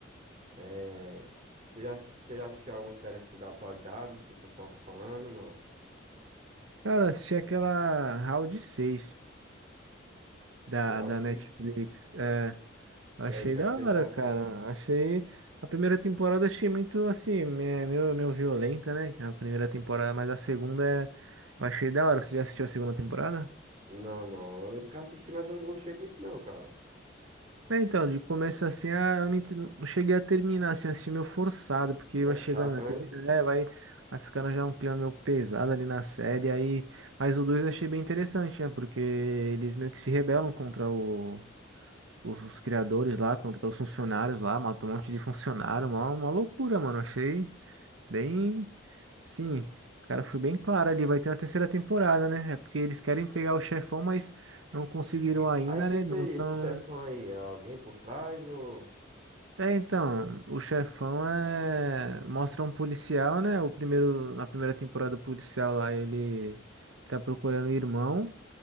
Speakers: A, on the right; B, on the right.
A: É, você já, você já assistiu alguma série assim da atualidade que o pessoal tá falando? Não.
B: Cara, eu assisti aquela Round seis da,
A: Round
B: da
A: Six
B: Netflix. É, achei
A: E aí, o que
B: da
A: é que você
B: hora,
A: achou?
B: cara. Achei. A primeira temporada achei muito assim, me- meio, meio violenta, né? A primeira temporada, mas a segunda é- eu achei da hora. Você já assistiu a segunda temporada?
A: Não, não. Eu lembro que eu assisti, mas eu não gostei muito, não, cara.
B: É, Então, de começo assim, ah, eu não ent- não cheguei a terminar, assim, assisti meio forçado, porque
A: É
B: vai
A: chato,
B: chegando ali,
A: né?
B: né, vai, vai ficando já um clima meio pesado ali na série, aí, mas o 2 eu achei bem interessante, né, porque eles meio que se rebelam contra o- os, os criadores lá, contra os funcionários lá, matam um monte de funcionário, uma, uma loucura, mano, achei bem, sim, o cara foi bem claro ali, vai ter uma terceira temporada, né, é porque eles querem pegar o chefão, mas não conseguiram ainda,
A: Aí quem
B: né,
A: seria
B: não tão...
A: esse chefão aí? É Alguém por trás ou.
B: É, então, o chefão é mostra um policial, né? O primeiro na primeira temporada o policial lá, ele tá procurando o irmão,